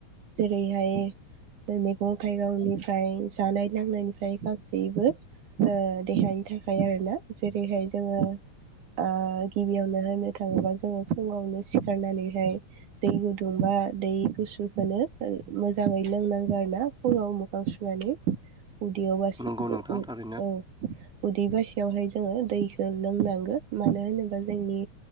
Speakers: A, on the right; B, in the centre.
A: जेरैहाय मैगं थाइगंनिफ्राय जानाय लोंनायनिफ्राय गासैबो ओ देहानि थाखाय आरोना जेरैहाय जोङो । ओ गिबियावनो होननो थाङोबा जोङो फुङावनो सिखारनानैहाय दै गुदुं बा दै गुसुखौनो मोजाङै लोंनांगौ आरो ना फुङाव मोखां सुनानै उदैयाव बासि
B: नंगौ नोंथां थारैनो
A: औ उदै बासियावहाय जोङो दैखौ लोंनांगोन मानो होनोबा जोंनि